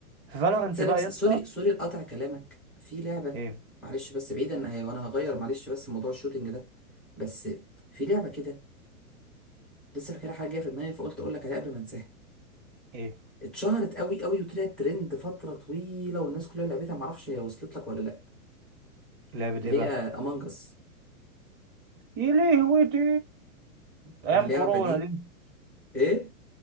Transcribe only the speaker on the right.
في فالورنت
بقى
يا اسطى
ايه
ايه
لعبه
ايه
بقى
يا لهوي دي ايام
كورونا
دي